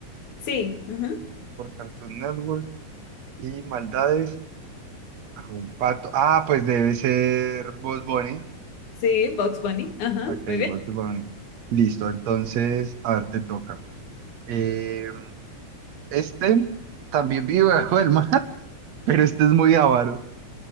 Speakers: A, on the left; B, on the right.
A: Sí, ajá.
B: Por Cartoon Network y maldades a un pato. Ah, pues debe ser Bugs Bunny.
A: Sí, Bugs Bunny. Ajá,
B: Ok,
A: muy bien.
B: Bugs Bunny. Listo, entonces, a ver, te toca. Eh, este también vive bajo el mar, <laughs> pero este es muy avaro.